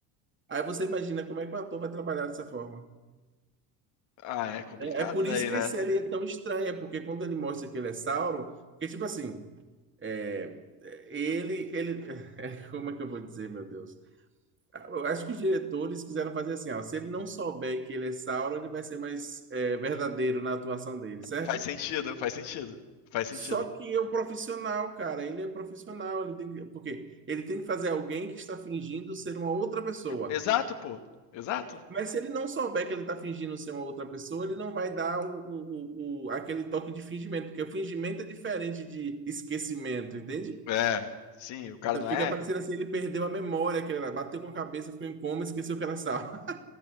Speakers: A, on the right; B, on the left.
A: Aí você imagina como é que o ator vai trabalhar dessa forma.
B: Ah, é complicado
A: É é por
B: daí,
A: isso que
B: né?
A: a série é tão estranha, porque quando ele mostra que ele é Sauron, porque tipo assim, é, ele, ele, <laughs> como é que eu vou dizer, meu Deus? Eu acho que os diretores quiseram fazer assim, ó, se ele não souber que ele é Sauron, ele vai ser mais é, verdadeiro na atuação dele, certo?
B: Faz sentido, faz sentido. Faz sentido.
A: Só que é um profissional, cara, ele é profissional, ele tem que, porque ele tem que fazer alguém que está fingindo ser uma outra pessoa.
B: Exato, pô. Exato.
A: Mas se ele não souber que ele está fingindo ser uma outra pessoa, ele não vai dar o, o- o- o- aquele toque de fingimento, porque o fingimento é diferente de esquecimento, entende?
B: É, sim, o cara
A: Então
B: não
A: fica
B: é.
A: parecendo assim, ele perdeu a memória que ele era, bateu com a cabeça, ficou em coma, esqueceu que era Sauron.